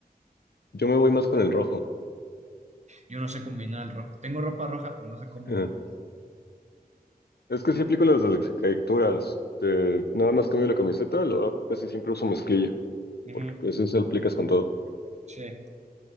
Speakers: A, on the left; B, on the right.
A: Yo me voy más con el rojo.
B: Yo no sé combinar el rojo. Tengo ropa roja, pero no sé cómo
A: Ajá.
B: combinar.
A: Es que sí aplico las descaricaturas. De, nada más cambio la camiseta, lo dejo casi siempre uso mezclilla,
B: Ujú,
A: porque pues eso aplicas con todo.
B: Sí.